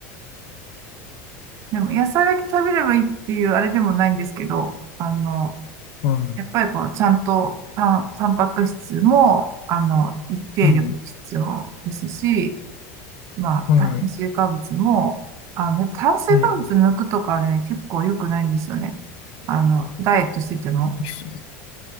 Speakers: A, on the right; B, on the left.
A: でも、野菜だけ食べればいいっていうあれでもないんですけど、あの、
B: はい
A: やっぱりこう、ちゃんとタン、タンパク質も、あの、一定量必要ですし、
B: うん。
A: まあ、
B: はい。
A: 炭水化物も、あの、炭水化物抜くとかね、
B: うん。
A: 結構良くないんですよね。あの、ダイエットしてても。
B: ですね。